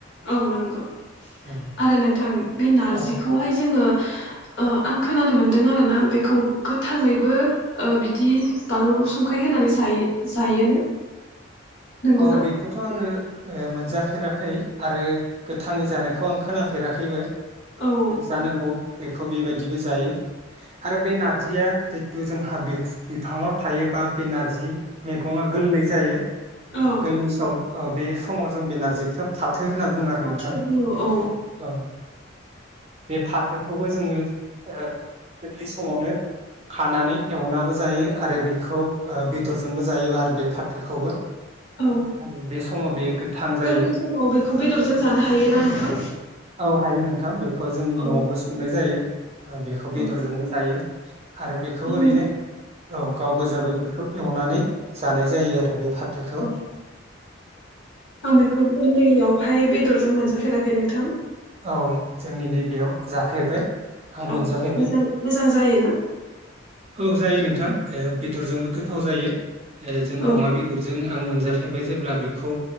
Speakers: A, on the left (about 65°); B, on the right (about 30°).
A: औ नंगौ
B: औ
A: आरो नोंथां बे नारजिखौहाय
B: औ
A: जोङो अ आं खोनानो मोनदों आरोना बेखौ गोथाङैबो ओ बिदि बानलु संख्रि होनानै जायो जायोनो नंगौना?
B: औ बेखौथ' आङो। ओ मोनजाफेराखै आरो गोथाङै जानायखौ आं खोनाफेराखैबो।
A: औ
B: जानांगौ। बेखौ बेबायदिबो जायो। आरो बे नारजिया जितु जोंहा <unintelligible> बिफाङाव थायोबा बे नारजि मैगङा गोरलै जायो।
A: औ
B: गोलै सम ओ बे समाव जों बे नारजिखौनो फाथ थो होनना बुङो आरो
A: फाथो
B: नोंथां
A: बुङो औ
B: औ बे फाथोखौबो जोङो गोरलै समावनो खानानै एवनाबो जायो आरो बेखौ ओ बेदरजोंबो जायो आरो बे फाथोखौबो।
A: औ
B: आरो बे समाव बेयो गोथां जायो
A: गोरलै समाव बेखौ बेदरजों जानो हायोना नोंथां?
B: औ हायो नोंथां बेखौ जोंनि
A: औ
B: न'आवबो संनाय जायो बेखौ
A: औ
B: बेदरजोंबो जायो आरो बेखौ
A: औ
B: ओरैनो औ गाव गोजाबै बेखौ एवनानै जानाय जायो आरो बे थोखौ
A: औ आं बेखौ गोरलैयावहाय बेदरजों मोनजाफेराखै नोंथां
B: औ जोंनि नैबेयाव जाफेरबाय आं मोनजाफेरबाय
A: औ मोजां - मोजां जायो ना
B: औ जायो नोंथां बेदरजोंबो गोथाव जायो जों
A: औ
B: अमा बेदर जों आं मोनजाफेरबाय जेब्ला बेखौ